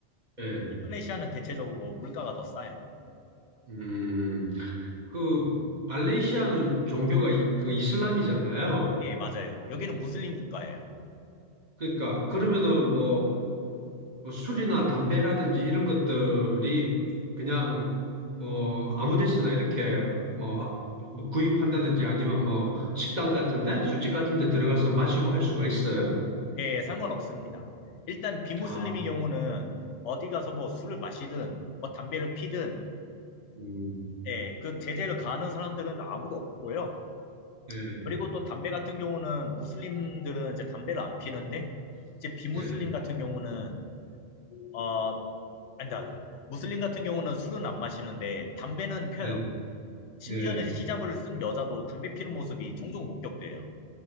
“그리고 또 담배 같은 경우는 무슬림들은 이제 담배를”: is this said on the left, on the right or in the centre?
Left